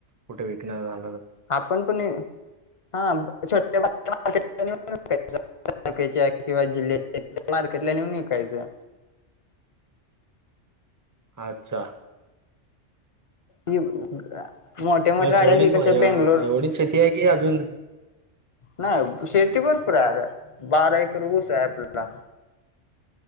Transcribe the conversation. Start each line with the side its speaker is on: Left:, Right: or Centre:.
Right: कुठे विकण्या झालं तर
Left: आपण पण हा छोट्या मार्केट तालुक्याच्या किंवा जिल्ह्याचा मार्केटला नेऊन विकायचं
Right: अच्छा
Left: मोठ्या मोठ्या
Right: बस
Left: गाड्या
Right: एवढीच
Left: ह
Right: माझ्या
Left: कशा बेंगलोर
Right: एवढीच शेती आहे की अजून
Left: नाही शेती भरपूर आहे बारा एकर ऊस आहे आपला